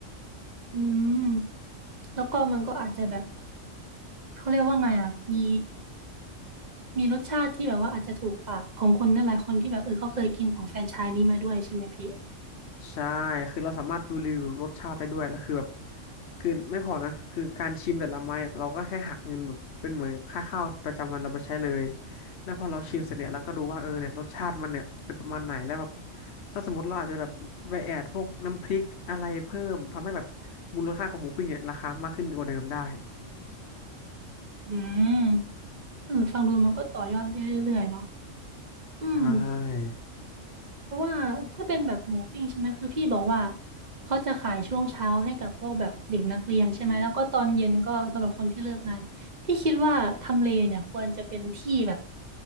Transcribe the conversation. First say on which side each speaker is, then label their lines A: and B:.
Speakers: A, on the right (about 45°); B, on the left (about 65°).
A: อืมแล้วก็มันก็อาจจะแบบเขาเรียกว่าไงอ่ะมีมีรสชาติที่แบบว่าอาจจะถูกปากของคนนั่นหลายคนที่แบบเออเขาเคยกินของแฟรนไชส์นี้มาด้วยใช่ไหมพี่
B: ใช่คือเราสามารถดูรีวิวรสชาติได้ด้วยแล้วคือแบบคือไม่พอนะคือการชิมแต่ละไม้อะเราก็แค่หักเงินแบบเป็นเหมือนกับค่าข้าวประจำวันเราไปใช้เลยแล้วพอเราชิมเสร็จเนี่ยเราก็รู้ว่าเออเนี่ยรสชาติมันเนี่ยเป็นประมาณไหนแล้วแบบถ้าสมมติเราอาจจะแบบไปแอดพวกน้ำพริกอะไรเพิ่มทำให้แบบมูลค่าของหมูปิ้งเนี่ยราคามากขึ้นกว่าเดิมได้
A: อืมเออฟังดูมันก็ต่อยอดได้เรื่อยๆเนาะอืม
B: ใช่
A: เพราะว่าถ้าเป็นแบบหมูปิ้งใช่ไหมคือพี่บอกว่าเขาจะขายช่วงเช้าให้กับพวกแบบเด็กนักเรียนใช่ไหมแล้วก็ตอนเย็นก็สำหรับคนที่เลิกงานพี่คิดว่าทำเลเนี่ยควรจะเป็นที่แบบ